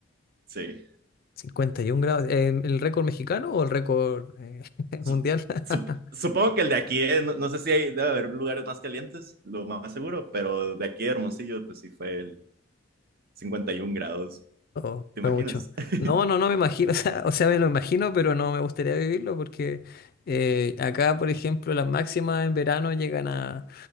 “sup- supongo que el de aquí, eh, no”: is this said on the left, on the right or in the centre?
Right